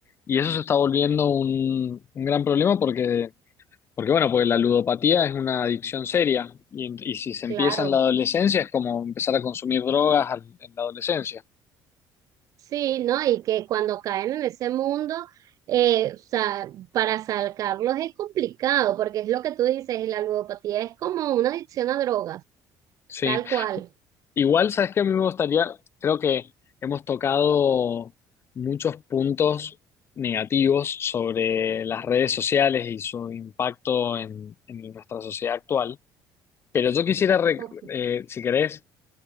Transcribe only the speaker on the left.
y eso se está volviendo un, un gran problema porque, porque, bueno, pues la ludopatía es una adicción seria y, en- y si se
empieza en la adolescencia es como empezar a consumir drogas al- en la adolescencia.
Sí,
igual, ¿sabes que A mí me gustaría, creo que hemos tocado muchos puntos negativos sobre las redes sociales y su impacto en en nuestra sociedad actual. Pero yo quisiera, re-
eh, si querés,